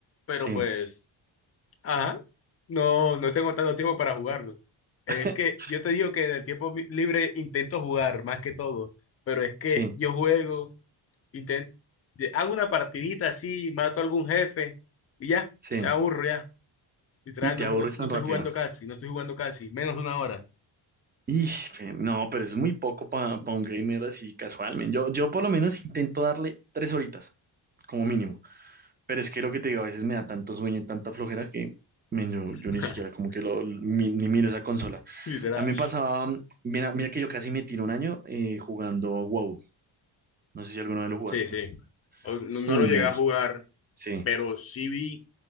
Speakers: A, on the left (about 30°); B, on the right (about 25°).
A: pero
B: Sí,
A: pues. Ajá. No, no tengo tanto tiempo para jugarlo. Es
B: <laughs>
A: que yo te digo que en el tiempo mi- libre intento jugar más que todo, pero es que
B: sí,
A: yo juego, intento, hago una partidita así, mato a algún jefe y ya,
B: sí.
A: te aburro ya. Literal,
B: Y te
A: no,
B: aburres
A: no- no
B: tan
A: estoy
B: rápido.
A: jugando casi, no estoy jugando casi, menos de una hora.
B: Ish, pe- no, pero es muy poco para un gamer así casualmente. Yo, yo por lo menos intento darle tres horitas, como mínimo. Pero es que lo que te digo, a veces me da tanto sueño y tanta flojera que men, yo,
A: <laughs>
B: yo ni siquiera como que lo, mi- ni miro esa consola.
A: Literal.
B: A mí me pasaba, mm, mira, mira que yo casi me tiro un año eh, jugando WoW. No sé si alguna vez lo jugaste.
A: Sí, sí. O- No, no
B: Uy,
A: lo llegué
B: men,
A: a
B: qué-
A: jugar.
B: Sí.
A: pero sí vi,